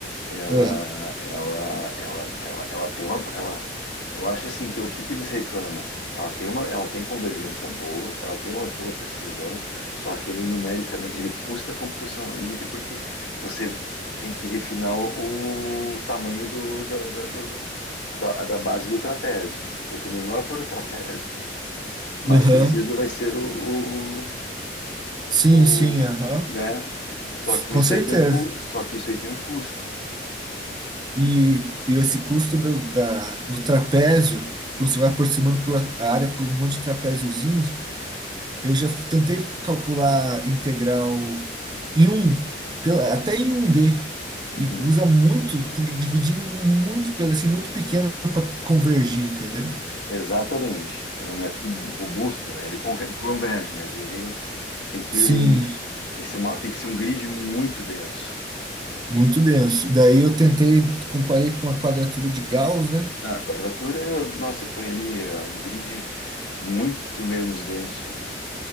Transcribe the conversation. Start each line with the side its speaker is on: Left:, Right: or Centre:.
Left: ela,
Right: Ah,
Left: ela, ela, ela, ela tem uma, ela, eu acho assim que o que que eles reclamam? Ela tem uma, ela tem convergência boa, ela tem uma boa precisão, só que ele numericamente, ele custa computacionalmente porque você tem que refinar o, o tamanho do, da, da, do- do- da, da base do trapézio. Então, Quanto menor for o trapézio, mais
Right: Aham.
Left: preciso vai ser o, o,
Right: Sim,
Left: o-
Right: sim, aham.
Left: o- né? Só
Right: S-
Left: que
Right: Com
Left: isso
Right: certeza.
Left: aí tem um, cu- só que isso aí tem um custo.
Right: E, e esse custo do, da, do trapézio, quando você vai aproximando por a a área por um monte de trapéziozinhos, Eu já tentei calcular integral em um, pela- até em um D,
Left: Uhum.
Right: e usa muito, tem que dividir em muito, pelo assim, muito pequeno para convergir, entendeu?
Left: Exatamente. Ele é um método robusto, né? Ele con- converge, mas ele você tem que,
Right: Sim,
Left: tem que ser uma- tem que ser um grid muito denso.
Right: muito denso. E Daí eu tentei, comparei com a quadratura de Gauss, né?
Left: Ah, a quadratura, nossa, você põe ali é, um grid muito menos denso, né?